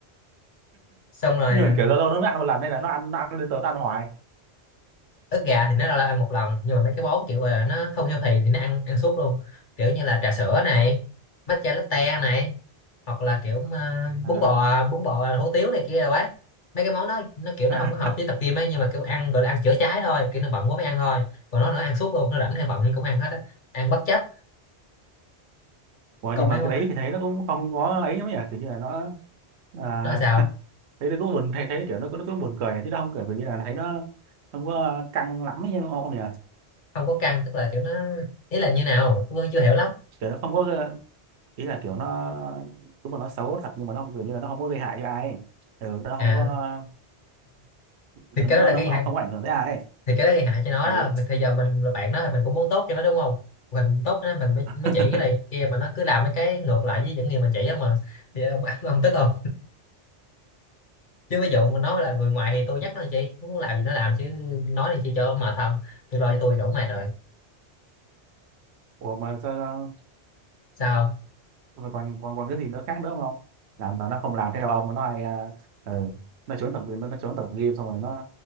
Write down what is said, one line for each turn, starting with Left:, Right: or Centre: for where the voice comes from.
Left: <laughs> xong rồi
Right: nhưng
Left: ờ,
Right: mà kiểu lâu lâu nó mới ăn một lần nên là nó ăn nó ăn lên tới nó ăn hoài
Left: ức gà thì nó lâu lâu ăn một lần nhưng mà mấy cái món kiểu là nó không healthy thì nó ăn ăn suốt luôn kiểu như là trà sữa này matcha latte này hoặc là kiểu ờ,
Right: à,
Left: bún bò bún bò hủ tiếu này kia đâu ấy mấy cái món đó nó kiểu nó
Right: <laughs>
Left: không có hợp
Right: à.
Left: với tập gym ấy nhưng mà kiểu ăn gọi là ăn chữa cháy thôi kiểu nó bận quá mới ăn thôi còn nó nó ăn suốt luôn nó rảnh hay bận thì cũng ăn hết á ăn bất chấp
Right: Ủa,
Left: còn
Right: nhưng mà
Left: mấy món
Right: cái đấy thì thấy nó cũng không có ấy lắm nhỉ kiểu như là nó à,
Left: nó là sao
Right: thấy nó cũng buồn thấy thấy nó kiểu nó cũng nó cũng buồn cười nhỉ chứ nó không cười vì như là thấy nó không có căng lắm ấy nhưng mà ông nhỉ
Left: không có căng tức là kiểu nó ý là như nào tôi chưa hiểu lắm
Right: kiểu nó không có ý là kiểu nó đúng là nó xấu thật nhưng mà nó không kiểu như là nó không có gây hại cho ai ừ, nó không
Left: à
Right: có nó
Left: thì cái đó là
Right: nó
Left: cái
Right: không,
Left: gì
Right: không có ảnh hưởng tới ai ấy.
Left: thì cái đó gây hại cho nó
Right: ừ.
Left: đó Mà thời giờ mình là bạn nó thì mình cũng muốn tốt cho nó đúng không mình tốt cho nó mình mới,
Right: <laughs>
Left: mới chỉ cái này cái kia mà nó cứ làm mấy cái ngược lại với những gì mình chỉ không mà thì ông <laughs> ông tức không chứ ví dụ mình nói là người ngoài thì tôi nhắc nó làm chi nó muốn làm gì nó làm chứ nói làm chi cho mệt thân tôi lo cho tôi đủ mệt rồi
Right: ủa mà sao
Left: sao không
Right: mà còn còn còn cái gì nữa khác nữa không làm mà nó không làm theo ông mà nó hay à, ừ, nó trốn tập nó, nó trốn tập game xong rồi nó